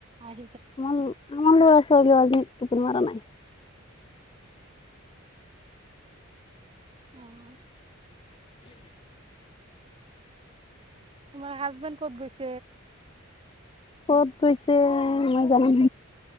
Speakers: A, on the right; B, on the left.
A: আহ
B: আমাৰ ল'ৰা ছোৱালী আজি টোপনি মাৰা নাই।
A: আহ।
B: উ
A: তোমাৰ হাজবেণ্ড ক'ত গৈছে?
B: ক'ত গৈছে মই জনাম